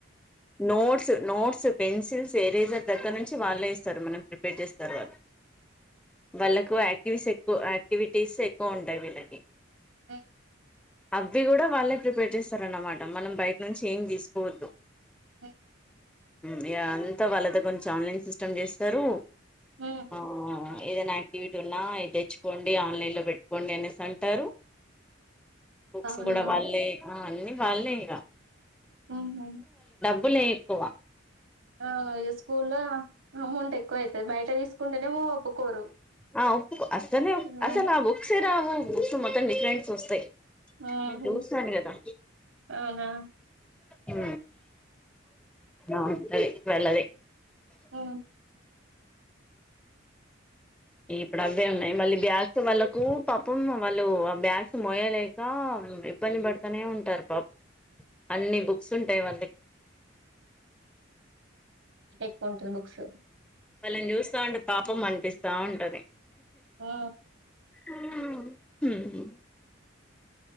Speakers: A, in the centre; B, on the right.
A: నోట్స్ నోట్స్ పెన్సిల్స్ ఎరేజర్ దగ్గర నుంచి వాళ్ళే ఇస్తారు మనం ప్రిపేర్ చేస్తారు వాళ్ళు. వాళ్ళకు యాక్టివిస్ ఎక్కువ యాక్టివిటీస్ ఎక్కువ ఉంటాయి వీళ్ళకి
B: ఉ
A: అవి కూడా వాళ్ళే ప్రిపేర్ చేస్తారన్నమాట మనం బయట నుంచి ఏమి తీసుకోవద్దు.
B: ఉ
A: ఇగ అంతా వాళ్ళతే కొంచం ఆన్లైన్ సిస్టమ్ చేస్తారు
B: హ్మ్.
A: ఆ ఏదైనా ఇటున్నా ఇది తెచ్చుకోండి ఆన్లైన్ లో పెట్టుకోండి అనేసి అంటారు బుక్స్
B: అవునా
A: కూడ వాళ్ళే ఆ అన్ని వాళ్ళే ఇగ
B: ఉహు
A: పుల్లె ఎక్కువ
B: ఆ స్కూల్లో అమౌంట్ ఎక్కువైతది బయట తీసుకుంటేనేమో ఒప్పుకోరు
A: ఆ ఉప్పు అసనే
B: ఉమ్
A: అసలు ఆ బుక్సేరావు మొత్తం డిఫరెంట్ వస్తాయి
B: ఆహా
A: నేను చూస్తాను కదా
B: అవునా
A: ఊ బాగుంటది ట్వలది
B: ఊ
A: ఇప్పుడు అవే ఉన్నాయి మళ్ళీ బ్యాగ్స్ వాళ్ళలకు పాపం వాళ్ళు ఆ బ్యాగ్స్ మోయలేక ఇబ్బంది పడుతనే ఉంటారు పాప అన్ని బుక్స్ ఉంటాయి వాళ్ళకి
B: ఎక్కువ ఉంటది బుక్స్
A: వాళ్ళని చూస్తా ఉంటే పాపం అనిపిస్తా ఉంటది
B: ఆ
A: ఊ హుహు